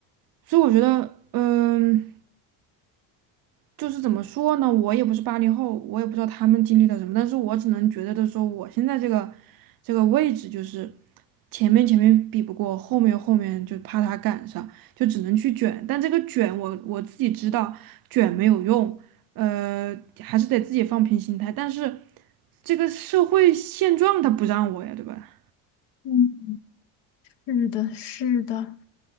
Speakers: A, on the right; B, on the left.
A: 所以我觉得，嗯、就是怎么说呢？我也不是八零后，我也不知道他们经历了什么，但是我只能觉得的说，我现在这个这个位置，就是前面前面比不过，后面后面就怕他赶上，就只能去卷。但这个卷我，我自己知道卷没有用，呃，还是得自己放平心态。但是这个社会现状他不让我呀，对吧？
B: 嗯。是的，是的，